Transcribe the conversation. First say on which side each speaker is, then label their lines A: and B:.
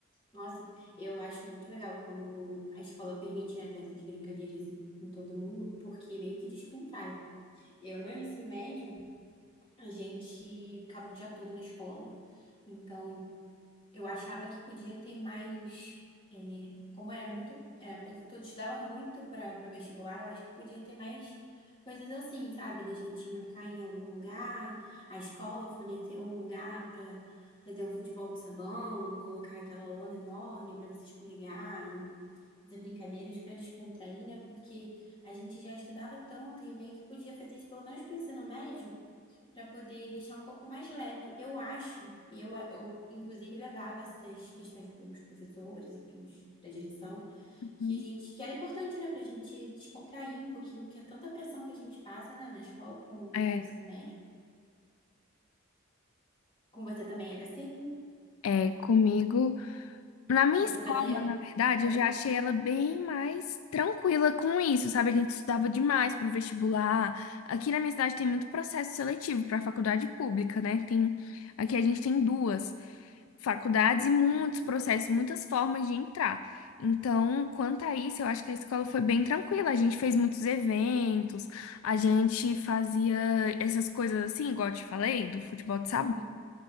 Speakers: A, on the left; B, on the left.
A: Nossa, eu acho muito legal quando a escola permite, né, ter essas brincadeiras em, em todo mundo, porque meio que descontrai. Eu, no meu ensino médio, a gente ficava o dia todo na escola. Então, Eu achava que podia ter mais, é, como era muito, é, todo estudava muito para o vestibular, eu acho que podia ter mais coisas assim, sabe? Da gente marcar em algum lugar, a escola fornecer um lugar para fazer um futebol de sabão, colocar aquela lona enorme para você escorregar e fazer brincadeiras para descontrair, né? Porque a gente já estudava tanto e meio que podia fazer isso pelo menos para o ensino médio para poder deixar um pouco mais leve. Eu acho, e eu, eu inclusive levava essas questões para os professores e para a direção,
B: Uhum.
A: que a gente, que era importante, né, para a gente descontrair um pouquinho, que é tanta pressão que a gente passa, né, na escola, como está
B: É,
A: no ensino médio. Com você também era assim?
B: é, comigo. Na minha
A: Você
B: escola,
A: fazia?
B: na verdade,
A: vo-
B: eu já achei ela bem mais tranquila com isso, sabe? A gente estudava demais pro vestibular. Aqui na minha cidade tem muito processo seletivo para faculdade pública, né? Tem, aqui a gente tem duas faculdades e muitos processos, muitas formas de entrar. Então, quanto a isso, eu acho que a escola foi bem tranquila. A gente fez muitos eventos, a gente fazia essas coisas assim, igual eu te falei, do futebol de sabão.
A: Uhum.